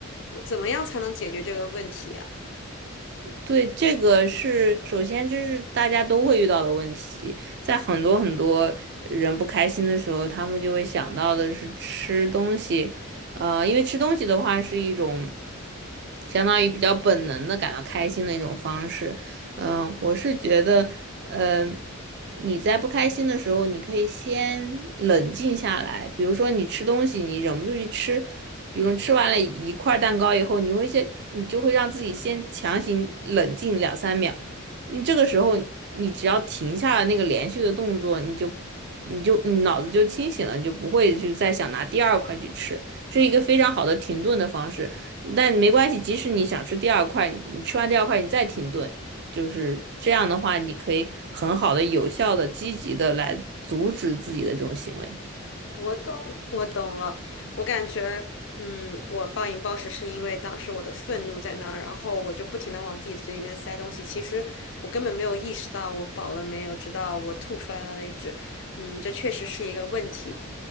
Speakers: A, on the left; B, on the right.
A: 我怎么样才能解决这个问题呀？
B: 对，这个是首先这是大家都会遇到的问题，在很多很多人不开心的时候，他们就会想到的是吃东西，呃，因为吃东西的话是一种相当于比较本能的感到开心的一种方式，嗯，我是觉得，嗯，你在不开心的时候，你可以先冷静下来。比如说，你吃东西，你忍不住去吃，比如吃完了一块蛋糕以后，你会先，你就会让自己先强行冷静两三秒。你这个时候，你只要停下了那个连续的动作，你就，你就，你脑子就清醒了，你就不会去再想拿第二块去吃。这是一个非常好的停顿的方式。但没关系，即使你想吃第二块，你吃完第二块，你再停顿。就是这样的话，你可以很好的、有效的、积极的来阻止自己的这种行为。
A: 我懂，我懂了。我感觉，嗯，我暴饮暴食是因为当时我的愤怒在那儿，然后我就不停的往自己嘴里面塞东西。其实我根本没有意识到我饱了没有，直到我吐出来了为止。嗯，这确实是一个问题。